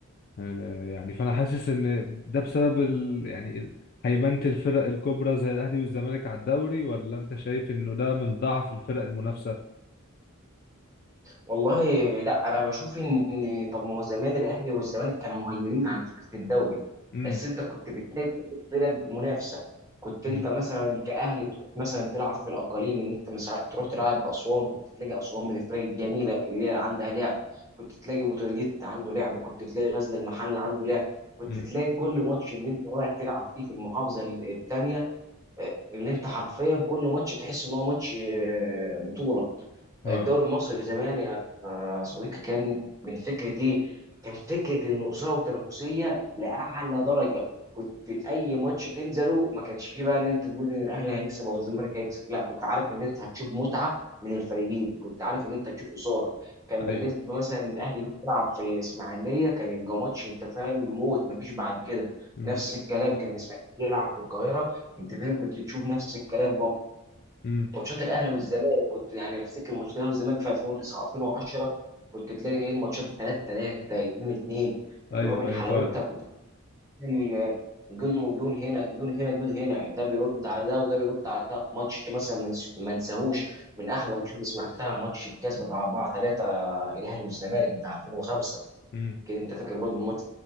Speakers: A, on the left; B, on the right.
A: آه، يعني فانا حاسس ان ده بسبب ال... يعني ال- هيمنة الفرق الكبرى زي الاهلي والزمالك على الدوري ولا انت شايف انه ده من ضعف الفرق المنافسة
B: والله لا انا بشوف ان طب ما هو زمان الاهلي والزمالك كانوا مهيمنين على فكره الدوري
A: امم
B: بس انت كنت بتلاقي كل الفرق منافسه كنت
A: امم
B: انت مثلا كاهلي تروح مثلا تلعب في الاقاليم ان انت مثلا تروح تلعب اسوان كنت تلاقي اسوان من الفرق الجميله اللي هي عندها لعب كنت تلاقي بوتروجيت عنده لعب كنت تلاقي غزل المحل عنده لعب كنت
A: امم
B: تلاقي كل ماتش ان انت رايح تلعب فيه في المحافظه الثانيه اللي انت حرفيا كل ماتش تحس ان هو ماتش آه، بطوله
A: اه
B: الدوري المصري زمان يا آه، صديقي كان من فكره ايه؟ كان فكره ان اثاره وتنافسيه لاعلى درجه كنت اي ماتش تنزله ما كانش فيه بقى ان انت تقول ان الاهلي هيكسب او الزمالك هيكسب لا كنت عارف ان انت هتشوف متعه من الفريقين كنت عارف ان انت هتشوف اثاره كان بالنسبه
A: ايوه
B: مثلا ان الاهلي بيلعب في الاسماعيليه كان يبقى ماتش انت فاهم موت ما فيش بعد كده
A: امم
B: نفس الكلام كان الاسماعيلي يلعب في القاهره انت فاهم كنت تشوف نفس الكلام برضه
A: امم
B: ماتشات الاهلي والزمالك كنت يعني افتكر ماتشات الاهلي والزمالك في 2009 2010 كنت تلاقي ايه الماتشات 3 3 2 2
A: ايوه
B: اللي هو من
A: ايوه
B: حلاوتها
A: فعلا
B: كنت فاهم آه، جون وجون هنا جون هنا جون هنا ده بيرد على ده وده بيرد على ده ماتش مثلا ما نس- ما انساهوش من احلى الماتشات اللي سمعتها ماتش الكاس بتاع 4 3 الاهلي والزمالك بتاع 2005
A: امم.
B: كده انت فاكر برضه الماتش